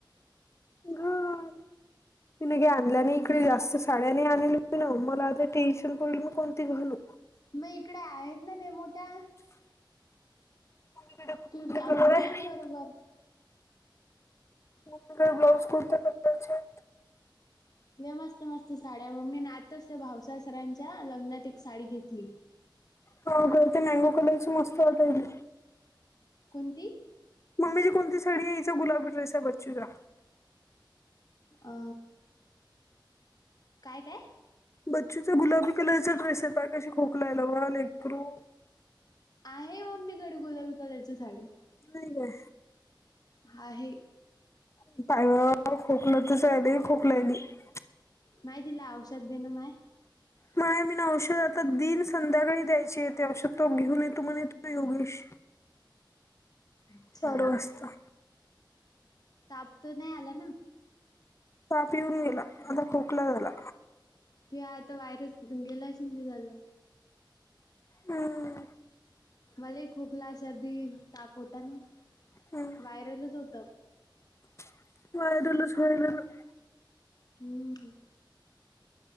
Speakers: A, on the left; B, on the left.
A: घाल. मी न घे आणल्या नाही
B: मग
A: इकडे,
B: तुझा
A: जास्त शाळ्यानी आणली ना, मला आता टेन्शन पडल मी कोणती घालू?
B: मग इकडे आहेत ना, ले मोठ्या.
A: <unintelligible> मम्मीकडे बघ
B: तुला
A: कोणते
B: ब्लाउज
A: कलर आहे
B: बी येईन बरोबर.
A: मम्मी कड ब्लाऊज कुठल्या प्रकारचे आहे.
B: लइ मस्त-मस्त साड्या, मम्मी ना आताच त्या भावसासरांच्या, लग्नात एक साडी घेतली.
A: हो, खर ते मॅगो कलरची, मस्त वाटायची.
B: कोणती?
A: मम्मीची कोणती साडी आहे, हीचा गुलाबी ड्रेस आहे बच्चूचा.
B: अ काय काय
A: बच्चूचा गुलाबी कलरचा ड्रेस यता कशी खोकलायला वा लेकरू
B: आहे मम्मीकडे गुलाबी कलरची साडी.
A: नाही ग.
B: आहे.
A: <unintelligible>
B: नाही तीला औषध देेन माय.
A: माय मी ना औषध आता दिन संध्याकाळी द्यायची येते औषध तो घेऊन येतो म्हण येतो योगेश.
B: अच्छा
A: चार वाजता.
B: ताप तर नाही आला ना!
A: ताप येऊन गेला आता खोकला झाला.
B: ते आता वायरस गेलाश शिंदी जाल.
A: हम्म
B: मला हि खोकला, सर्दी, ताप होता न
A: हम्म.
B: वायरलच होत.
A: <unintelligible>
B: हम्म.